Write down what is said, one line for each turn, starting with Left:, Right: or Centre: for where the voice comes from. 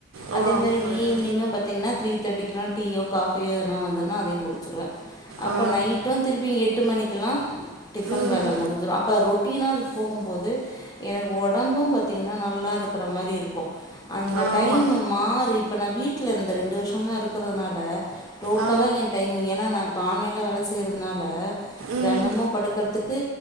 Right: ஆ,
Left: அதே மாரி
Right: புரியுது
Left: ஈவினிங் பாத்தீங்கன்னா த்ரீ தேர்ட்டி இலாம் டீயோ காஃபியோ என வந்தன்னா அதையும் கொடுத்து மற்ற அப்ப
Right: ஆ,
Left: நைட்டும் திருப்பிங்க எட்டு மணிக்கு பாக்லா டிஃபன்
Right: ம்
Left: வேல முடிஞ்சிடு அப்ப ரெட் குட்டினா அது போகும்போது எனக்கு உடம்பும் பாத்தீங்கன்னா நல்லா இருக்குற மாரி இருக்கும் அந்த
Right: ஆமா
Left: டைம் மாறி இப்ப நா வீட் வீட்ல இந்த ரெண்டு வருஷமா இருக்கறதுனால டோட்டலா
Right: ஆ
Left: என் டைம் நான் இப்போ ஆன்லைன்ல வேல செய்றதுனால
Right: ம்
Left: தெனமும் படுக்கறதுக்கு